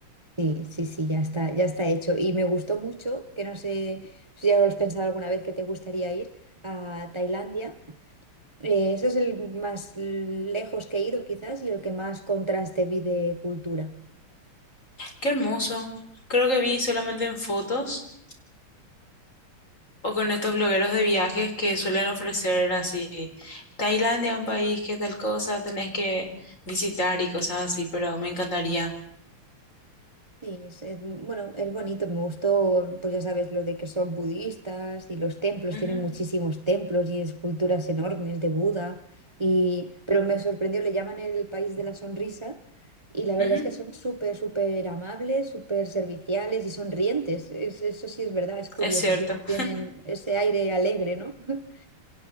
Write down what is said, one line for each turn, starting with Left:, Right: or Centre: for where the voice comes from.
Right: Sí, sí, sí, ya está, ya está hecho. Y me gustó mucho, que no sé si ya lo has pensado alguna vez que te gustaría ir a Tailandia. Eh, ese es el más lejos que he ido quizás y el que más contraste vi de cultura.
Left: Qué hermoso. Creo que vi solamente en fotos o con estos blogueros de viajes que suelen ofrecer así, Tailandia, un país que tal cosa tenés que visitar y cosas así, pero me encantaría.
Right: Sí, es, es- bueno, es bonito, me gustó, pues ya sabes, lo de que son budistas y los templos,
Left: Ujú,
Right: tienen muchísimos templos y esculturas enormes de Buda, y, pero me sorprendió, le llaman el país de la sonrisa y la verdad
Left: ujú,
Right: es que son súper, súper amables, súper serviciales y sonrientes, es- eso sí es verdad, es curioso,
Left: es cierto.
Right: siempre tienen ese aire alegre, ¿no? <laughs>